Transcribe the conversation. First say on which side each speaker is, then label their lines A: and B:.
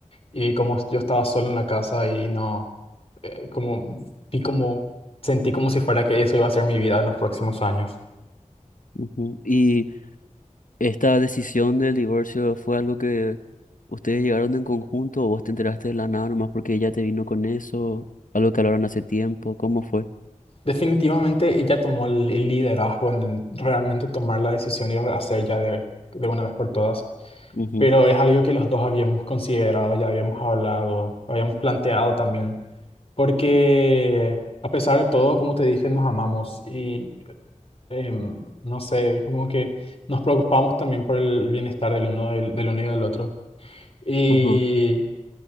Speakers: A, on the left; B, on the left.
A: Y como yo estaba solo en la casa y no, eh, como vi como, sentí como si fuera que eso iba a ser mi vida en los próximos años.
B: ujú. ¿Y esta decisión del divorcio fue algo que ustedes llegaron en conjunto o vos te enteraste de la nada nomás porque ella te vino con eso? ¿Algo que hablaron hace tiempo? ¿Cómo fue?
A: Definitivamente ella tomó el, el liderazgo en realmente tomar la decisión y hacer ya de, de una vez por todas.
B: Ujú,
A: Pero es algo que los dos habíamos considerado, ya habíamos hablado, habíamos planteado también. Porque a pesar de todo, como te dije, nos amamos y em, no sé, como que nos preocupamos también por el bienestar del uno, del del uno y del otro. Y
B: ujú,